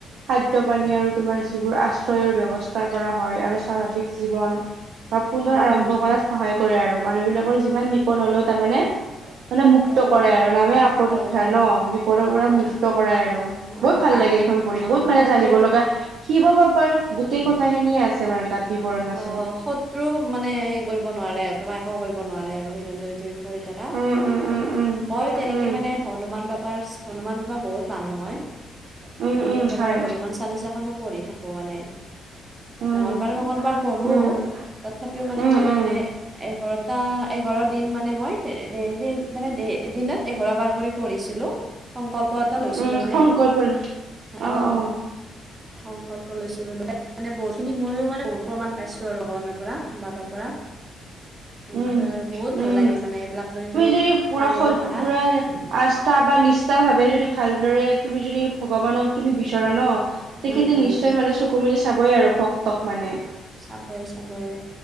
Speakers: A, on the right (about 70°); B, on the right (about 25°).
A: খাদ্য পানী আৰু তোমাৰ যিবোৰ আশ্ৰয়ৰ ব্যৱস্থা- কৰা হয়, আৰু চাভাবিক জীৱন বা পুনৰ
B: উম,
A: আৰম্ভ
B: হুম, হুম,
A: কৰাত- সহায় কৰে আৰু। মানুহ বিলাকৰ যিমান বিপদ হ'লেও তাৰমানে- মানে মুক্ত
B: অ',
A: কৰাই আৰু, নামে আপদ
B: কৰে
A: উঠাই
B: কৰে
A: ন বিপদৰ
B: আকৌ দুটা
A: পৰা মুক্ত কৰাই আৰু।
B: অ',
A: বহুত ভাল
B: আহ
A: লাগে এইখন পঢ়ি
B: অ',
A: বহুত মানে
B: শত্ৰু
A: জানিব লগা শিৱ বাবাৰ গোটেই খিনিয়ে আছে- মানে তা'ত বিৱৰণ- আছে
B: অ', শত্ৰু মানে হেৰি কৰিব নোৱাৰে, তোমাৰ আকো কৰিব নোৱাৰে আৰু, সেইকাৰণে যদি - কৰি থাকা।
A: উম উম উম উম
B: মই
A: উম
B: তেনেকে
A: উম
B: মানে হনুমান বাবাৰ, হনুমান বাবা বহুত মানুহ মই।
A: উম
B: হনুমান
A: উম
B: বাবাৰ
A: হয়
B: হনুমান চালিচাখন মই পঢ়ি থাকো মানে।
A: উম
B: মঙলবাৰে মঙলবাৰ- পঢ়ো,
A: উম,
B: তথাপিও মানে
A: উম,
B: মই
A: উম,
B: মানে এঘাৰটা এগৰৰ দিন মানে মই এ ডেইলী মানে দে দিনত এঘাৰ বাৰ কৰি পঢ়িছিলো। সংকল্প টা লৈছিলো
A: উম,
B: মানে
A: সংকল্প লৈ অ',
B: অঁ।
A: অ',
B: সংকল্প লৈছিলো। বহুতখিনি ময়ো মানে বহুত প্ৰমাণ- পাইছোঁ আৰু ভগবানৰ পৰা, বাবাৰ পৰা। সেনেকুৱাই
A: উম,
B: আৰু, বহুত ভাল
A: উম,
B: লাগে মানে এইবিলাক মানে তুমি
A: যদি পুৰা
B: মানিব
A: সৎ
B: পাৰা।
A: পুৰা আস্থা বা নিষ্ঠাৰ ভাবে যদি ভালদৰে তুমি যদি ভগৱানক তুমি বিচৰা ন- তেখেতে
B: উম
A: নিশ্চয়
B: উম
A: মানে চকু মেলি চাবই আৰু ভকতক মানে।
B: চাবয়ে চাবয়ে